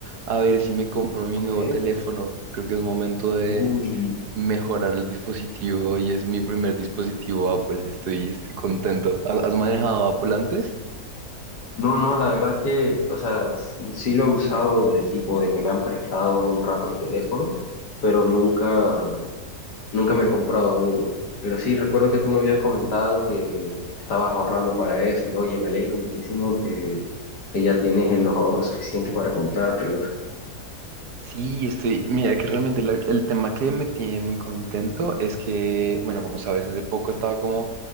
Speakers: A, on the right; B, on the left.
A: a ver si me compro mi
B: Ok.
A: nuevo teléfono. Creo que es momento de
B: Uy,
A: mejorar el dispositivo y es mi primer dispositivo Apple. Estoy, estoy contento. ¿Ha- ¿Has manejado Apple antes?
B: No, no, la verdad es que, o sea, s- sí lo he usado de tipo de que me han prestado un rato el teléfono, pero nunca, nunca me he comprado uno. Pero sí, recuerdo que tú me habías comentado que estabas ahorrando para eso y oye, me alegro muchísimo que, que ya tienes eh, los ahorros suficientes para comprártelo.
A: Sí, estoy. Mira, que realmente la- el tema que me tiene muy contento es que, bueno, como sabes, hace poco estaba como